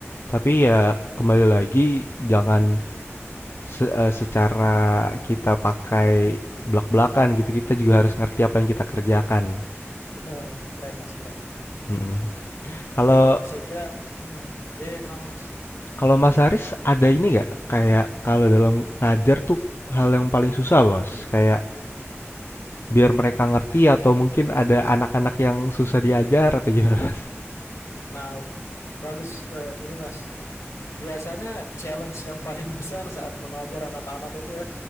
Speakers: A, on the left; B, on the left.
A: Tapi ya kembali lagi jangan se- eh, secara kita pakai belak-belakan gitu. Kita juga harus ngerti apa yang kita kerjakan.
B: Benar, keren Mas, keren. <laughs>
A: Mm-mm. Kalau
B: Oh, saya kira, eh, eh, ya ya, kenapa Mas?
A: Kalau Mas Haris ada ini nggak kayak kalau dalam ngajar tuh hal yang paling susah Mas? Kayak biar mereka ngerti atau mungkin ada anak-anak yang susah diajar atau gimana Mas?
B: Nah, bagus eh, ini Mas. Biasanya challenge yang paling <laughs> besar saat mengajar anak-anak itu ya